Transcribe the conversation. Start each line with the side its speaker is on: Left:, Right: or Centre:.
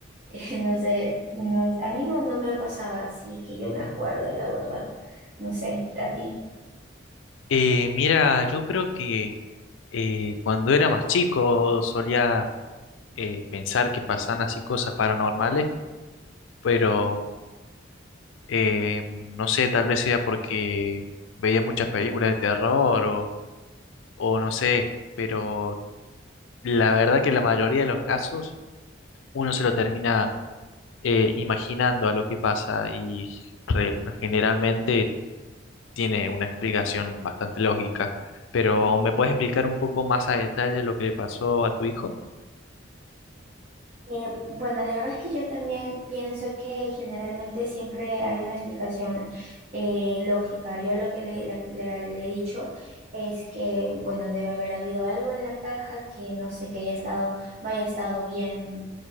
Right: <laughs> No sé, no- a mí no, no me ha pasado así que yo me acuerde, la verdad. No sé, a ti.
Left: Eh, mira, yo creo que eh, cuando era más chico solía eh, pensar que pasaban así cosas paranormales, pero eh, no sé, tal vez sea porque veía muchas películas de terror o, o no sé, pero la verdad que la mayoría de los casos uno se lo termina eh, imaginando a lo que pasa y re- generalmente tiene una explicación bastante lógica, pero ¿me puedes explicar un poco más a detalle lo que le pasó a tu hijo?
Right: Eh, bueno, la verdad es que yo también pienso que generalmente siempre hay una explicación eh, lógica. Yo lo que le, le- le- le he dicho es que, bueno, debe haber habido algo en la caja que no sé, que haya estado, no haya estado bien